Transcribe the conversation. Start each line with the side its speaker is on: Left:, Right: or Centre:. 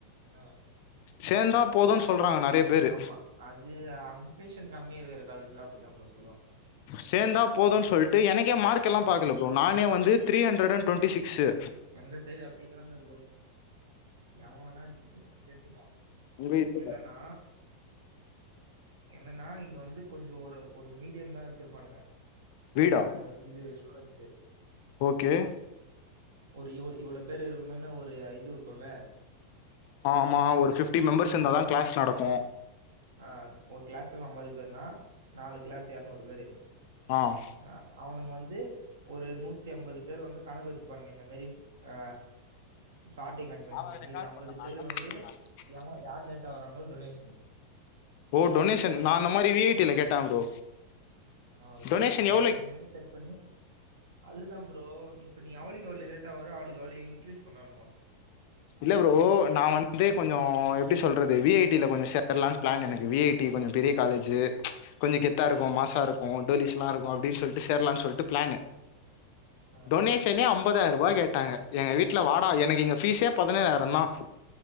Right: அ
Left: சேந்தாப் போதுன்
Right: இதுதா
Left: சொல்றாங்க நெறையப்
Right: அந்
Left: பேரு
Right: ஆமா அது அட்மிஷன் கம்மி இருக்கர காலேஜ்ல அப்டிதாம் ப்ரோ சொல்வாங்க
Left: சேந்தாப் போதுன் சொல்ட்டு எனக்கே மார்க்கெல்லாம் பாக்கல ப்ரோ நானே வந்து த்ரீ ஹண்ட்ரடண்ட் ட்வெண்ட்டி சிக்ஸ்சு
Right: அந்த சைட்லப் அப்டிலா இல்ல ப்ரோ எவ வந்தான் சேத்துப்பா
Left: உங்க இதுல.
Right: என்னனா என்னனா இங்க வந்து கொஞ்சோ ஒரு ஒரு மீடியந்தா வச்சிருப்பானுங்க
Left: வீடா?
Right: அ இது சூலத்து
Left: ஓகே
Right: ஒரு இவ் இவ்ளோப் பேரு இருக்கணுனு ஒரு இது இருக்குல்ல
Left: ஆமா ஒரு ஃபிப்டி மெம்பர்ஸ் இருந்தாதா க்ளாஸ் நடக்கு
Right: அ ஒரு க்ளாஸ்க்கு அம்பது பேருனா நாலு க்ளாஸ்சு எர்நூறு பேரு
Left: ஆம்
Right: அ அவனுங்க வந்து ஒரு நூத்தி அம்பது பேர வந்து கணக்கு வச்சுப்பானுங்க இந்தமேரி ஆ ஸ்டாட்டிங் அட்மிஷனு
Left: அவ ரெக்கார்ட்
Right: மீதி அம்பது
Left: போட்டா நா
Right: பேரு
Left: தா
Right: வந்து
Left: செஞ்சே நா தா செஞ்சே அப்டியே
Right: எவெ யார் லேட்டா வராங்ளோ டொனேஷ்னு
Left: ஓ டொனேஷன் நா அந்த மாரி வி ஐ டீல கேட்டே ப்ரோ
Right: அவள்தா
Left: டொனேஷன்
Right: அந்த
Left: எவ்ளோ
Right: இந்த மேரி செட் பண்ணி அதுதாம் ப்ரோ இப்ப நீ எவ்ளக்கெவ்ள லேட்டா வரோ அவளுக் அவ்ளோ இன்க்ரீஸ் பண்வானுங்கோ
Left: இல்ல ப்ரோ நா வந்து
Right: அந்த
Left: கொஞ்சோ
Right: ஆ
Left: எப்டிச் சொல்றது வி ஐ டி ல கொஞ்ச சேர்லான் ப்ளானு எனக்கு வி ஐ டி கொஞ்சோ பெரியக் காலேஜூ கொஞ்சோ கெத்தாருக்கு
Right: ஆ
Left: மாசாருக் கு டோலிஸ்லா இருக்கு அப்டின் சொல்ட்டு சேர்லான் சொல்ட்டுப் ப்ளானு
Right: ஆ
Left: டொனேஷனே அம்பதாயர்பா கேட்டாங்க எங்க வீட்ல வாடா எனக்கு இங்க ஃபீஸே பதினேழாயிரந்தா